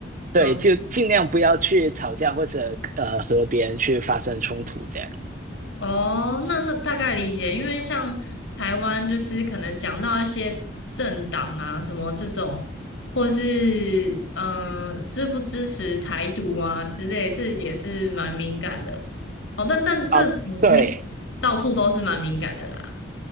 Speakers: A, on the right; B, on the left.
A: 对，
B: 嗯，
A: 就尽量不要去吵架或者呃和别人去发生冲突这样子
B: 哦，那那大概理解，因为像台湾就是可能讲到一些政党啊什么这种，或是嗯、呃支不支持台独啊之类，这也是蛮敏感的。哦，但但这嗯应该
A: 啊。对
B: 到处都是蛮敏感的啦。